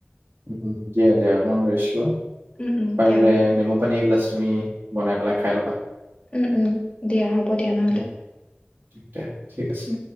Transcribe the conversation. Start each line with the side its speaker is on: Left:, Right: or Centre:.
Right: উ দিয়া দিয়া মন কৰিছিলো
Left: উম, উম,
Right: পাৰিলে
Left: দিয়া হ'ব দিয়া,
Right: নেমু পানী এগিলাচ তুমি বনাই পেলাই খাই ল'বা
Left: উম উম দিয়া হ'ব দিয়া নহ'লে
Right: উম, দিয়া ঠিক আছে
Left: উম।